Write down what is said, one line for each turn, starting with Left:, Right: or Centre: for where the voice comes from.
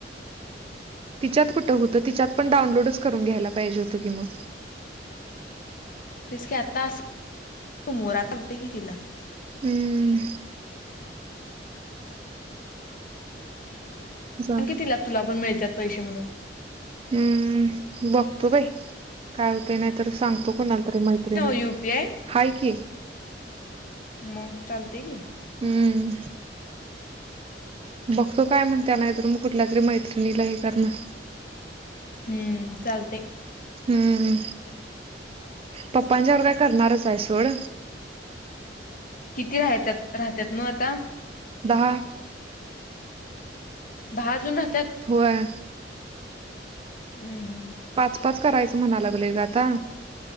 Right: तिच्यात कुठ होत तिच्यात पण डाउनलोडच करून घ्यायला पाहिजे होत की मग. <unintelligible>
Left: तेच की आता अस मोरात की तिला <unintelligible>
Right: हम्म. जा
Left: अ कि तिला तुला पण मिळतात पैसे म्हणून.
Right: हम्म बघतो बाई काय होते नाही तर सांगतो कोणाला मैत्रिणीला
Left: युपीआय
Right: हाय की.
Left: मग चालतेय की,
Right: हम्म बघतो काय म्हणत्या नाहीतर, मग कुठल्या तरी मैत्रिणीला हे करणार.
Left: हम्म चालतय.
Right: हम्म. पप्पांच्या वर काय करणारच आहे सोड.
Left: किती हाय त्यात राहत्यात मग आता.
Right: दहा.
Left: दहा जण
Right: होय.
Left: हम्म हम्म
Right: पाच, पाच करायचं म्हणाय लागलोय ग आता.